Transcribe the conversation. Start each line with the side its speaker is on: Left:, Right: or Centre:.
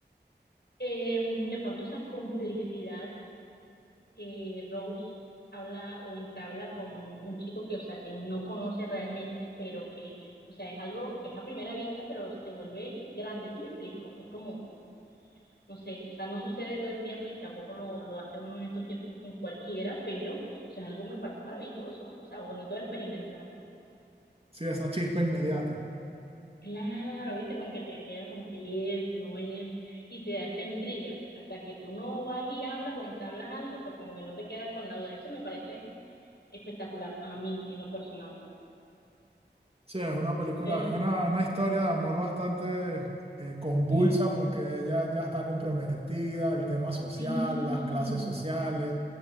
Left: Eh, de pronto esa complicidad que Rose habla o entabla con un chico que, o sea, que no conoce realmente, pero que, o sea, es algo que es a primera vista, pero se vuelve grande, ¿sí me explico? Es como, no sé, o sea, no sucede todo el tiempo y tampoco lo, lo hace uno en estos tiempos con cualquiera, pero, o sea, es algo que me parece maravilloso, o sea, bonito de experimentar.
Right: Sí, esa chispa inmediata.
Left: Claro, viste, como que te queda como que es, no es, y te da esa intriga. Hasta que tú no vas y hablas o entablas algo, pues como que no te quedas con la duda. Eso me parece espectacular a mí, en lo personal.
Right: Sí, es una película,
Left: Entonces,
Right: es una, una historia de amor bastante eh, convulsa
Left: mm,
Right: porque ella ya está comprometida, el tema social,
Left: sí,
Right: las clases sociales,